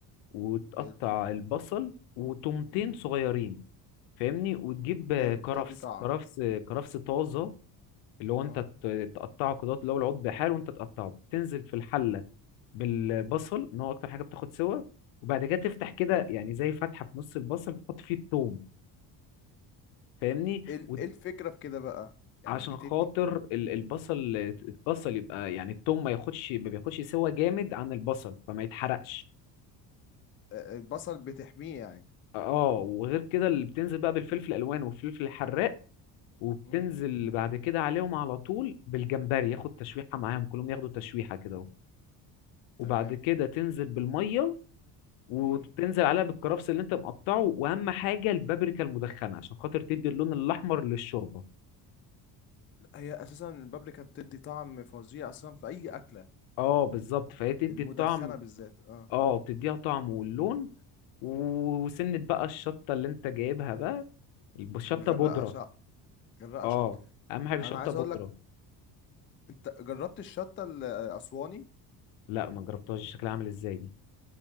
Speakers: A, on the left; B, on the left.
A: وتقطع
B: حلو
A: البصل وتومتين
B: مم.
A: صغيرين فاهمني وتجيب آه،
B: حلو
A: كرفس
B: بتدي طعم
A: كرفس كرفس طازه اللي هو
B: اه
A: انت ت- تقطعه كده اللي هو العود بحاله وانت تقطعه تنزل في الحله بالبصل ان هو اكتر حاجه بتاخد سوا وبعد كده تفتح كده يعني زي فتحه في نص البصل تحط فيه التوم فاهمني
B: ايه ال-
A: وت-
B: إيه الفكره في كده بقى يعني
A: عشان
B: بتدي
A: خاطر
B: إيه؟
A: ال- البصل البصل يبقى يعني التوم ما ياخدش ما بياخدش سوا جامد عن البصل فما يتحرقش
B: آه، آه، البصل بتحميه يعني
A: اه وغير كده اللي بتنزل بقى بالفلفل الالوان والفلفل الحراق وبتنزل
B: مم.
A: بعد كده عليهم على طول بالجمبري ياخد تشويحة معاهم كلهم ياخدوا تشويحة كده اهو وبعد
B: تمام
A: كده تنزل بالمية وتنزل
B: مم.
A: عليها بالكرفس اللي انت مقطعه واهم حاجة البابريكا المدخنة عشان خاطر تدي اللون الاحمر للشوربة
B: هي اساسا البابريكا بتدي طعم فظيع اصلا في اي اكله
A: اه بالظبط فهي تدي
B: المدخنه
A: الطعم
B: بالذات اه
A: اه بتديها طعم واللون وسنة بقى الشطة اللي انت جايبها بقى الشطة
B: غرقه
A: بودرة
B: شط غرقه
A: اه
B: شط
A: اهم حاجة شطة
B: انا عايز
A: بودرة
B: اقول لك انت جربت الشطه الاسواني
A: لا ما جربتهاش شكلها عامل ازاي دي